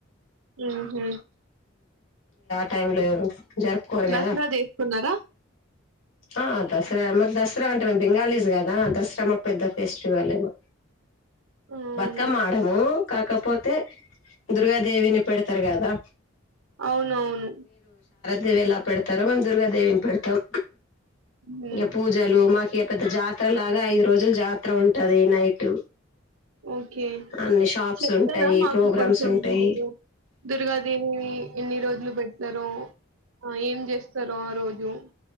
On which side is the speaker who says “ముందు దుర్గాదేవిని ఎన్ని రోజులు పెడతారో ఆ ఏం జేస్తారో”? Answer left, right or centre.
Right